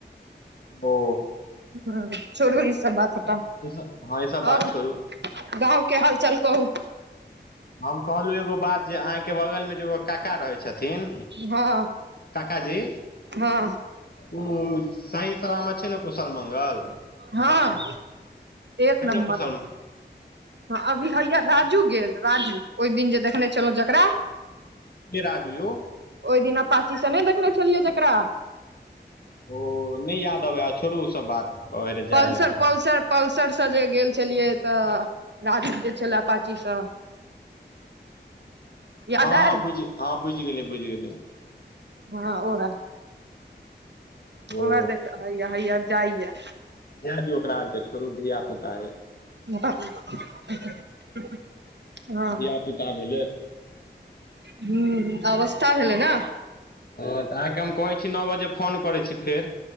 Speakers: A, on the left (about 55°); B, on the right (about 70°).
A: ओ
B: ह छोरू ई सब बात
A: अच्छा
B: हटाउ
A: <unintelligible> हँ ई सब
B: आओर
A: बात छोड़ू।
B: गाँव के हाल चाल कहू।
A: हम कहलहुँ एगो बात जे अहाँके बगलमे जे एगो काकि काका रहै छथिन
B: हँ
A: काकाजी
B: हँ
A: ओ सही सलामत छैय न? कुशल मङ्गल
B: हँ एक
A: है
B: नमबर
A: ने कुशल
B: ह अभी हैया राजू गेल राजू ओहि दिन जे देखने छलहुँ जकरा।
A: के राजू यौ?
B: ओहि दिना अपाचीसँ नहि देखने छलियै जकरा।
A: ओ नहि याद अबै आ छोड़ू उ सब बात। कहै रहे जाय
B: पलसर
A: यार
B: पलसर पल्सरसँ जे गेल छलियै तऽ राजू जे छल अपाचीसँ। याद
A: हँ
B: आयल
A: हँ बुझि हँ बुझि गेलैयै बुझि गेलियै।
B: हँ ओहै।
A: ओ
B: ओहे देखि हइया हइया जाय यऽ।
A: जै दियऔ ओकरा आर के छोड़ू धिया पुता अय।
B: <inaudible> हँ
A: धियापुता भेलै।
B: हं अवस्था भेलै नऽ।
A: हं तऽ अहाँकेँ हम कहैत छी नओ बजे फोन करैत छी फेर।